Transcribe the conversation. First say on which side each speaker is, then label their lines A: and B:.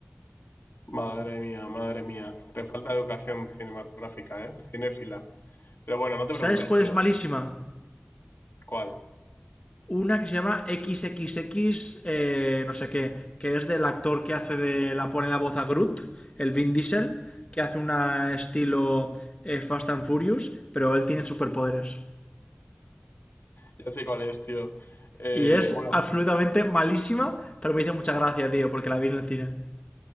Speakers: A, on the left (about 70°); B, on the left (about 30°).
A: Madre mía, madre mía. Te falta educación cinematográfica, ¿eh? Cinéfila. Pero bueno, no te preocupes,
B: ¿Sabes cuál
A: tío.
B: es malísima?
A: ¿Cuál?
B: Una que se llama XXX, eh, no sé qué, que es del actor que hace de la pone la voz a Groot, el Vin Diesel, que hace una estilo eh, Fast and Furious, pero él tiene superpoderes.
A: Ya sé cuál es, tío. Eh,
B: Y es
A: bueno,
B: absolutamente malísima, pero me hizo mucha gracia, tío, porque la vi en el cine.